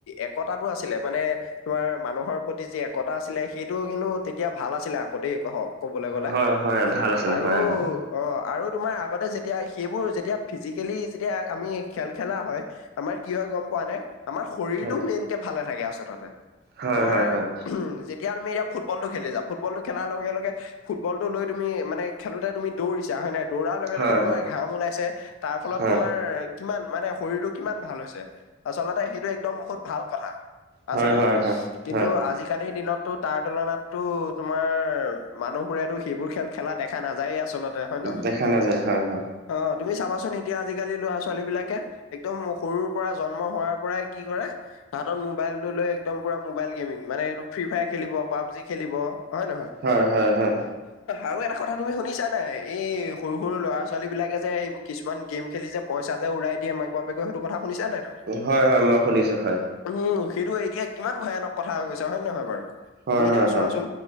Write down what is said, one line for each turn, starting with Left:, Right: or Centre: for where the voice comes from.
Left: একতাটো আছিলে মানে তোমাৰ মানুহৰ প্ৰতি যি একতা আছিলে সেইটোও কিন্তু তেতিয়া ভাল আছিলে কতেই ক কবলৈ গ'লে
Right: হয় হয় হয় ভাল আছিলে
Left: আৰু
Right: হয় আগতে
Left: অ আৰু তোমাৰ আগতে যে তেতিয়া সেইবোৰ যেতিয়া ফিজিকেলি যেতিয়া আমি খেল খেলা হয় আমাৰ কি হয় গম পোৱা নে? আমাৰ শৰীৰটো
Right: হয়
Left: মেইনকে ভালে থাকে আচলতে।
Right: হয়
Left: তোমাৰ
Right: হয় হয়
Left: এতিয়া তুমি এতিয়াুটবলটো খেলি যা' ফুটবলটো খেলাৰ লগে লগে ফুটবলটো লৈ তুমি মানে খেলোতে তুমি দৌৰিছা হয় নাই দৌৰাৰ লগে
Right: হয়
Left: লগে তোমাৰ
Right: হয়
Left: ঘাম ওলাইছে তাৰ ফলত
Right: হয়
Left: তোমাৰ কিমান মানে শৰীৰটো কিমান ভাল হৈছে' আচলতে সেইটো একদম বহুত ভাল কথা।
Right: হয়
Left: আছিলে,
Right: হয় হয়
Left: কিন্তু
Right: হয়
Left: আজিকালিৰ দিনতটো তাৰ তুলনাততো তোমাৰ মানুহ বোৰেতো সেইবোৰ খেল খেলা দেখা নায যায় আচলতে হয়ে নহয়
Right: দেখা নাযায় হয় হয়
Left: অ' তুমি চাবাচোন এতিয়া আজিকালি ল'ৰা-ছোৱালী বিলাকে একদম সৰুৰ পৰা জন্ম হোৱাৰ পৰাই কি কৰে হাত মোবাইলটো লৈ একদমপুৰা মোবাইল গেমিং মানে এইটো ফ্ৰী ফায়াৰ খেলিব, পাবজি খেলিব হয়ে নহয়?
Right: হয় হয় হয়
Left: আৰু এটা কথা তুমি শুনিছা নাই? এই সৰু সৰু ল'ৰা ছোৱালী বিলাকে যে সেই কিছুমান গেম খেলি যে পইচা যে উৰাই দিয়ে মাক বাপেক সেইটো কথা শুনিছ নাই তুমি,
Right: হয় হয় মই শুনিছো হয়
Left: উম সেইটো এতিয়া কিমান ভয়ানক কথা হৈ গৈছা হয়ে নহয় বাৰু?
Right: হয়
Left: তুমি এতিয়া চোৱাচোন!
Right: হয়